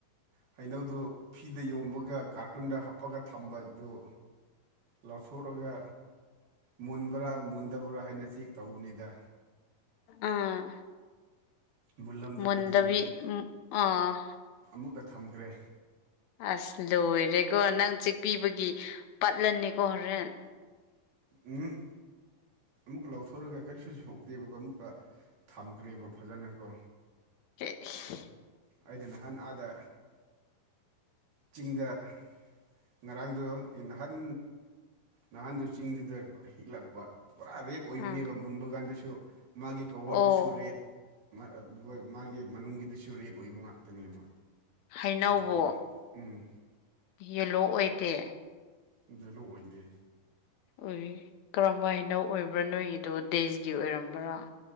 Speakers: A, on the right; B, on the left.
A: ꯍꯩꯅꯧꯗꯨ ꯐꯤꯗ ꯌꯣꯃꯒ ꯀꯥꯔꯇꯨꯟꯗ ꯍꯥꯞꯄꯒ ꯊꯝꯕꯗꯨ ꯂꯧꯊꯣꯛꯔꯒ ꯃꯨꯟꯕ꯭ꯔꯥ ꯃꯨꯟꯗꯕ꯭ꯔꯥ ꯍꯥꯏꯅ ꯆꯦꯛ ꯇꯧꯕꯅꯤꯗ
B: ꯎꯝ
A: ꯃꯨꯜꯂꯝꯗꯕꯒꯤ
B: ꯃꯨꯟꯗꯕꯤ
A: ꯑꯃꯨꯛꯀ
B: ꯎꯝ ꯑꯥ
A: ꯑꯃꯨꯛꯀ ꯊꯝꯈ꯭ꯔꯦ
B: ꯑꯁ ꯂꯣꯏꯔꯦꯀꯣ ꯅꯪ ꯆꯤꯛꯄꯤꯕꯒꯤ ꯄꯠꯂꯅꯤꯀꯣ ꯍꯣꯔꯦꯟ
A: ꯎꯝ ꯑꯃꯨꯛꯀ ꯂꯧꯊꯣꯛꯑꯒ ꯀꯔꯤꯁꯨ ꯁꯣꯛꯇꯦꯕꯀꯣ ꯑꯃꯨꯛꯀ ꯊꯝꯈ꯭ꯔꯦꯕ ꯐꯖꯅꯀꯣ
B: ꯑꯦꯁ
A: ꯑꯩꯅ ꯅꯍꯥꯟ ꯑꯥꯗ ꯆꯤꯡꯗ ꯉꯔꯥꯡꯗꯣ ꯅꯍꯥꯟ ꯅꯍꯥꯟꯗꯨ ꯆꯤꯡꯗꯨꯗ ꯍꯤꯛꯂꯛꯄ ꯄꯨꯔꯥ ꯔꯦꯠ ꯑꯣꯏꯕꯅꯦꯕ
B: ꯎꯝ
A: ꯃꯨꯟꯕ ꯀꯥꯟꯗꯁꯨ ꯃꯥꯒꯤ ꯀ꯭ꯋꯣꯕꯔꯗꯨꯁꯨ
B: ꯑꯣ
A: ꯔꯦꯠ ꯃꯥ ꯃꯥꯒꯤ ꯃꯅꯨꯡꯒꯤꯗꯁꯨ ꯔꯦꯠ ꯑꯣꯏꯕ ꯉꯥꯛꯇꯅꯦꯕ
B: ꯍꯩꯅꯧꯕꯨ
A: ꯑꯗꯨꯒꯤ ꯎꯝ
B: ꯌꯦꯂꯣ ꯑꯣꯏꯗꯦ
A: ꯌꯦꯂꯣ ꯑꯣꯏꯗꯦ
B: ꯎꯏ ꯀꯔꯝꯕ ꯍꯩꯅꯧ ꯑꯣꯏꯕ꯭ꯔꯥ ꯅꯣꯏꯒꯤꯗꯣ ꯗꯦꯖꯒꯤ ꯑꯣꯏꯔꯝꯕ꯭ꯔꯥ